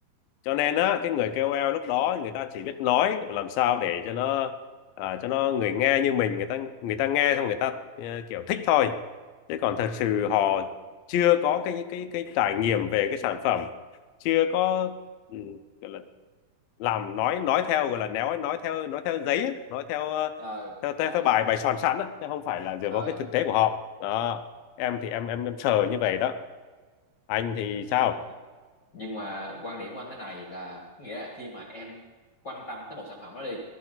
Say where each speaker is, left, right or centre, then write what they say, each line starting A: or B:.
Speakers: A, on the left (about 80°); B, on the left (about 45°).
A: cho nên á cái người KOL lúc đó người ta chỉ biết nói làm sao để cho nó à, cho nó người nghe như mình người ta người ta nghe xong người ta ờ, kiểu thích thôi chứ còn thật sự họ chưa có cái cái cái trải nghiệm về cái sản phẩm chưa có ừ, gọi là làm nói nói theo gọi là néo ấy, nói theo nói theo giấy ấy, nói theo ờ,
B: ừ
A: theo
B: rồi
A: theo, theo bài bài soạn sẵn á, chứ không phải là dựa
B: ừ
A: vào cái thực tế của họ đó em thì em em em sờ như vậy đó anh thì
B: Nhưng
A: sao
B: nhưng mà quan điểm của anh thế này là nghĩa là khi mà em quan tâm tới một sản phẩm đó đi